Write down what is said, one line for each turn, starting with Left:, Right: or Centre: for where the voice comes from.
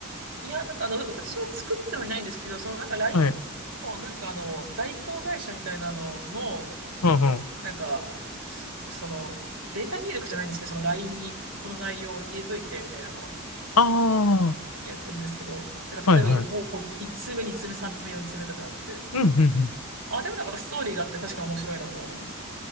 Right: いや、なんかあの、私も作ってはいないんですけど、そのなんか LINE
Left: はい。
Right: の、なんかあの、代行会社みたいなのの、
Left: はいはい。
Right: なんか、そ、その、データ入力じゃないんですけど、その LINE にこの内容を入れといて、みたいなのを
Left: ああ、
Right: やってるんですけど、だから例えばもう1通目、
Left: はいはい。
Right: 2通目、3通目、4通目とかあって、
Left: うん、うん、うん。
Right: あ、でもなんかストーリーがあって確かに面白いなとは思います。